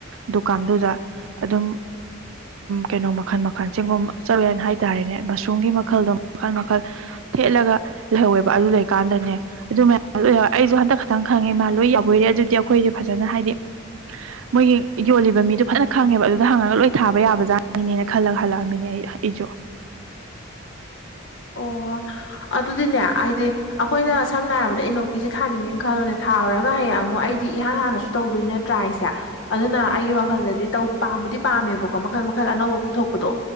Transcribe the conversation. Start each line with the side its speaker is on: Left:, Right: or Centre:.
Right: ꯗꯨꯀꯥꯟꯗꯨꯗ ꯑꯗꯨꯝ ꯀꯩꯅꯣ ꯃꯈꯜ ꯃꯈꯜ ꯆ‌ꯦꯡꯒꯨꯝ ꯆꫪꯨꯌ‌ꯦꯟ ꯍꯥꯏꯇꯥꯔꯦꯅꯦ ꯃꯁꯔꯨꯝꯒꯤ ꯃꯈꯜꯗꯣ ꯃꯈꯜ ꯃꯈꯜ ꯊꯦꯠꯂꯒ ꯂꯩꯍꯧꯋꯦꯕ ꯑꯗꯨ ꯂꯩꯀꯥꯟꯗꯅꯦ ꯑꯗꯨ ꯃꯌꯥꯝ ꯑꯩꯁꯨ ꯍꯟꯗꯛ ꯈꯠꯇꯪ ꯈꯪꯉꯦ ꯃꯥ ꯂꯨꯏ ꯌꯥꯎꯕꯣꯏꯔꯦ ꯑꯗꯨꯗꯤ ꯑꯩꯈꯣꯏꯖꯦ ꯐꯖꯅ ꯍꯥꯏꯗꯤ ꯃꯣꯏꯒꯤ ꯌꯣꯜꯂꯤꯕ ꯃꯤꯗꯣ ꯐꯖꯅ ꯈꯪꯉꯦꯕ ꯑꯗꯨꯗ ꯍꯪꯉꯒ ꯂꯣꯏ ꯊꯥꯕ ꯌꯥꯕꯖꯥꯠꯅꯤꯅꯦ ꯈꯜꯂꯒ ꯍꯜꯂꯛꯑꯃꯤꯅꯦ ꯑꯩ ꯏꯖꯣ
Left: ꯑꯣ ꯑꯗꯨꯗꯤꯅꯦ ꯑꯥꯏꯗꯤ ꯑꯈꯣꯏꯅ ꯁꯝꯅ ꯍꯥꯏꯔꯕꯗ ꯏꯅꯣꯛꯀꯤꯖꯦ ꯊꯥꯅꯤꯡꯉꯦ ꯈꯜꯂꯣꯅꯦ ꯊꯥꯔꯨꯔꯒ ꯍꯌꯦꯡ ꯑꯃꯨꯛ ꯑꯩꯗꯤ ꯏꯍꯥꯟ ꯍꯥꯟꯅꯁꯨ ꯇꯧꯗꯣꯏꯅ ꯇ꯭ꯔꯥꯏꯁꯦ ꯑꯗꯨꯅ ꯑꯩꯒꯤ ꯋꯥꯈꯜꯗꯗꯤ ꯇꯧ ꯄꯥꯝꯕꯨꯗꯤ ꯄꯥꯝꯃꯦꯕꯀꯣ ꯃꯈꯜ ꯃꯈꯜ ꯑꯅꯧꯕ ꯄꯨꯊꯣꯛꯄꯗꯣ